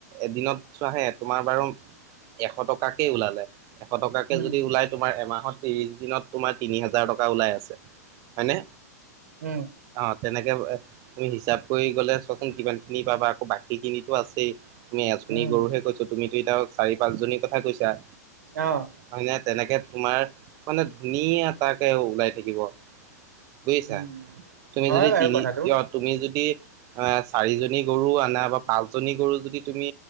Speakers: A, on the right (about 40°); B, on the right (about 75°).
A: এদিনত চোৱা হে তোমাৰ বাৰু এশ টকা টকাকেই ওলালে এশ টকাকে
B: উম,
A: যদি ওলাই তোমাৰ এমাহত ত্ৰিৰিশ দিনত তোমাৰ তিনি হাজাৰ টকা ওলাই আছে হয়নে?
B: উম,
A: অঁ তেনে- এ তুমি হিচাপ কৰি গ'লে চোৱাচোন কিমান খিনি পাবা, আকৌ বাকী খিনিটো আছেই। তুমি এজনী
B: উম,
A: গৰুহে কৈছো, তুমিতো এতিয়া চাৰি পাঁচজনী কৈছা।
B: অঁহ
A: হয় নে তেনেকে তোমাৰ মানে, ধুনীয়া এটাকে ওলাই থাকিব। বুজিছা,
B: উম।
A: তুমি
B: হয়
A: যদি
B: বাৰু
A: তিনি
B: কথাটো।
A: অ তুমি যদি, এ চাৰিজনী গৰু আনা বা পাঁচজনী গৰু যদি তুমি